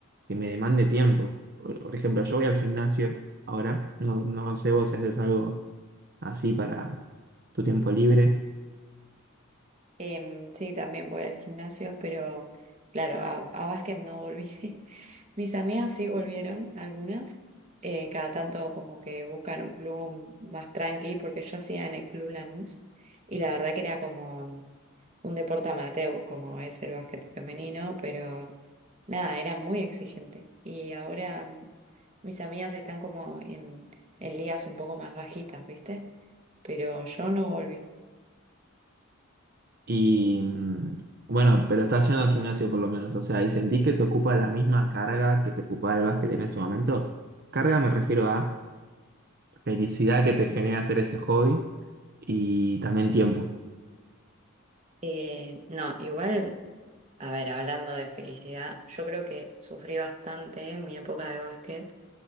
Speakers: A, on the right (about 50°); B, on the right (about 30°).
A: que me demande tiempo. Por, por ejemplo, yo voy al gimnasio ahora, no, no sé vos si haces algo así para tu tiempo libre,
B: Em, sí, también voy al gimnasio, pero claro, a, a básquet no volví. <laughs> Mis amigas sí volvieron, algunas. Eh, cada tanto como que buscan un club más tranqui, porque yo hacía en el Club Lanús y la verdad que era como un deporte amateur, como es el básquet femenino, pero nada, era muy exigente. Y ahora mm, mis amigas están como en, en ligas un poco más bajitas, ¿viste? Pero yo no volví.
A: y mm, bueno, pero estás yendo al gimnasio por lo menos, o sea, y sentís que te ocupa la misma carga que te ocupaba el básquet en ese momento. Carga me refiero a felicidad que te genera hacer ese hobby y también tiempo.
B: Eh, no, igual. A ver, hablando de felicidad, yo creo que sufrí bastante en mi época de básquet.